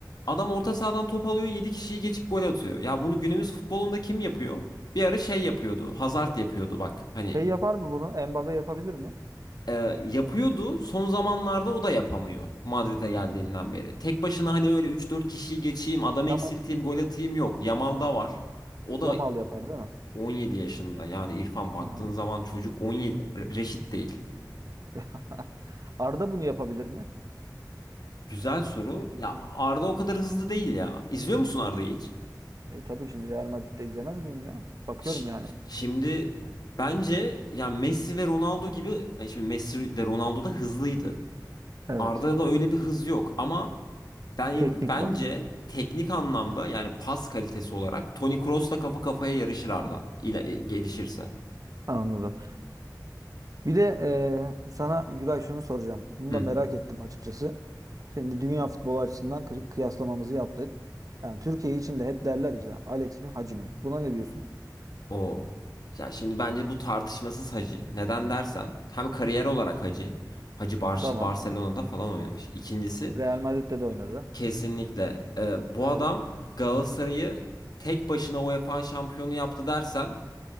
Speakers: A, on the left; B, on the right.
A: Adam orta sahadan top alıyor, 7 kişiyi geçip gol atıyor. Ya bunu günümüz futbolunda kim yapıyor? Bir ara şey yapıyordu. Hazard yapıyordu bak. Hani
B: Şey yapar mı bunu? Mbappe yapabilir mi?
A: e, yapıyordu. Son zamanlarda o da yapamıyor Madrid'e geldiğinden beri. Tek başına hani öyle üç dört kişiyi geçeyim, adam
B: Yamal.
A: eksilteyim, gol atayım yok. Yamal da var. O
B: Yamal
A: da
B: yapar değil mi?
A: 17 yaşında. Yani İrfan baktığın
B: Hı hı.
A: zaman çocuk 17 Re- reşit değil.
B: <laughs> Arda bunu yapabilir mi?
A: Güzel soru.
B: Ne diyorsun?
A: Ya Arda o kadar hızlı değil ya. İzliyor musun Arda'yı hiç?
B: E, tabii şimdi Real Madrid'de izlemez miyim ya? Bakıyorum
A: Ş-
B: yani.
A: Şimdi bence yani Messi ve Ronaldo gibi yani şimdi Messi de Ronaldo da hızlıydı.
B: Evet.
A: Arda'da öyle bir hız yok ama Ben
B: Teknik
A: bence
B: var.
A: teknik anlamda yani pas kalitesi olarak Toni Kroos'la kafa kafaya yarışır Arda. İle- e, gelişirse.
B: Anladım. Bir de e, sana Güray şunu soracağım. Bunu
A: Hı.
B: da merak ettim açıkçası. Şimdi dünya futbolu açısından kı- kıyaslamamızı yaptık. Yani Türkiye için de hep derler işte Alex mi Hacı mı? Buna ne diyorsun?
A: O. Yani şimdi bence bu tartışmasız Hacı. Neden dersen hem kariyer olarak Hacı. Hacı Bar
B: Tamam.
A: Barcelona'da falan oynamış. İkincisi
B: Real Madrid'de de oynadı.
A: kesinlikle e, bu
B: Evet.
A: adam Galatasaray'ı tek başına UEFA şampiyonu yaptı dersen